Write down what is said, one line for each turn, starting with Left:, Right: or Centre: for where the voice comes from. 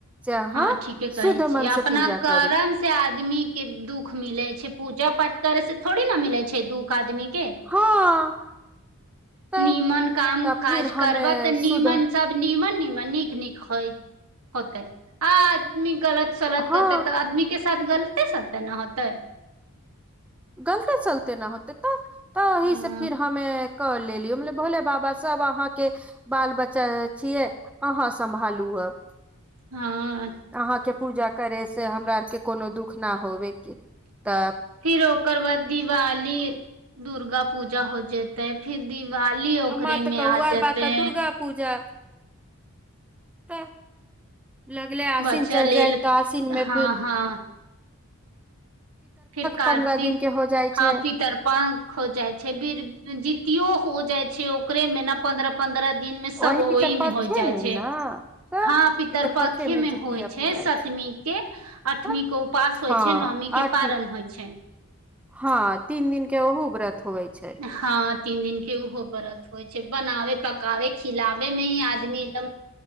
Centre: से अहाँ
Right: हँ ठीके कहै
Centre: शुद्ध
Right: छी
Centre: मन
Right: अपना
Centre: से पूजा
Right: कारण
Centre: करू
Right: से आदमी के दुःख मिले छै पूजा पाठ करे से थोड़ी न मिले छै दुःख आदमी के
Centre: हँ तऽ
Right: नीमन काम
Centre: तऽ
Right: काज
Centre: फिर हमे
Right: करब त नीमन
Centre: शुद्ध
Right: सब नीमन नीमन नीक नीक होतै आ आदमी गलत त शरद
Centre: हँ
Right: करतै त आदमी के साथ गलते सलते न होतै
Centre: गलते सलते न होतै त त ओहि
Right: हँ
Centre: सँ फेर हमे क लेलिय भोले बाबा सब अहाँके बाल बच्चा छियै अहाँ सम्भालू अब
Right: हँ
Centre: अहाँके पूजा करय से हमरा आर के कोनो दुःख नहि होबेके तब
Right: फिर ओकर बाद दिवाली दुर्गा पूजा हो जेतै फिर दिवाली ओकरे
Centre: आ माँ तऽ
Right: में
Centre: कहू
Right: आ
Centre: आर
Right: जेते
Centre: बात तऽ दुर्गा पूजा त लगले आसीन
Right: बच्चा
Centre: चढ़ि
Right: लेल
Centre: जाइ त आसीन मे
Right: हँ
Centre: फिर
Right: हँ फेर कार्तिक
Centre: पन्द्रह दिन के हो जाइ
Right: हँ
Centre: छै
Right: पी तरपण हो जाइ छै बीर जीतियो हो जाइ छै ओकरेमे न पन्द्र पन्द्रह दिन मे सब
Centre: वही
Right: ओहि
Centre: पितरपक्षे
Right: मे हो जाइ
Centre: मे
Right: छै
Centre: ने तऽ
Right: हँ पितर
Centre: पितरपक्षे
Right: पखे मे
Centre: जितिया
Right: होइ छै
Centre: पूजा
Right: सब सप्तमी के आठवीं
Centre: तऽ
Right: के उपवास होइ
Centre: हँ
Right: छै नौमी के
Centre: आठ
Right: पारन होइ छै
Centre: हँ तीन दिन के ओहु व्रत होइ छै
Right: हँ तीन दिन के ओहो व्रत होइ छै बनावे पकाबे खिलाबे मे ही आदमी एकदम